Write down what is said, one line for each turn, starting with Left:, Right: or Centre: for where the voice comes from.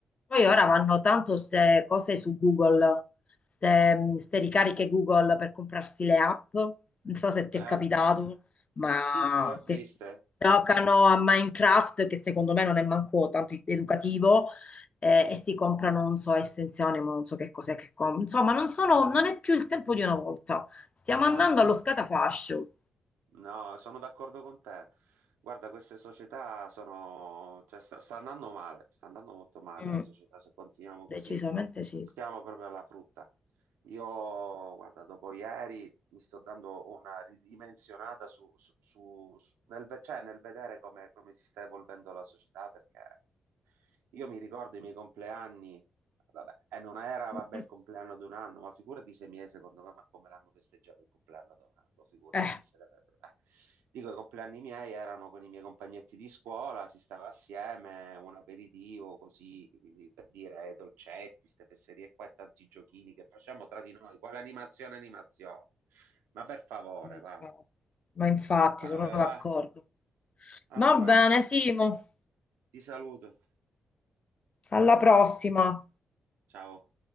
Left: Poi ora vanno tanto queste cose su Google, queste ricariche Google per comprarsi le app. Non so se ti
Right: Eh,
Left: è capitato, ma
Right: sì, sì, le ho viste.
Left: che s- giocano a Minecraft, che secondo me non è manco tanto educativo, eh, e si comprano, non so, estensioni, ma non so che cos'è che comprano. Insomma, non sono- non è più il tempo di una volta. Stiamo andando
Right: No.
Left: allo scatafascio.
Right: No, sono d'accordo con te. Guarda, queste società sono, cioè, sta, sta andando male, sta andando molto male
Left: Mm,
Right: la società. Se continuiamo così,
Left: decisamente sì.
Right: stiamo proprio alla frutta. Io, guarda, dopo ieri mi sto dando una ridimensionata su, su- su- su- nel, ve- cioè, nel vedere come, come si sta evolvendo la società, perché io mi ricordo i miei compleanni. Vabbè, e non era, vabbè,
Left: <laughs>
Right: il compleanno di un anno, ma figurati sei mesi, secondo me, ma come l'hanno festeggiato il compleanno di un anno, figurati
Left: Eh,
Right: chi se ne frega. Eh. Dico, i compleanni miei erano con i miei compagnetti di scuola, si stava assieme, un aperitivo, così, eh, per dire, eh, dolcetti, ste fesserie qua e tanti giochini che facciamo tra di noi, quale animazione, animazione. Ma per favore,
Left: ma
Right: va,
Left: infatti, ma infatti
Right: va,
Left: sono
Right: va,
Left: d'accordo.
Right: va.
Left: Va
Right: Antonella,
Left: bene, Simo.
Right: ti saluto,
Left: Alla prossima.
Right: ciao.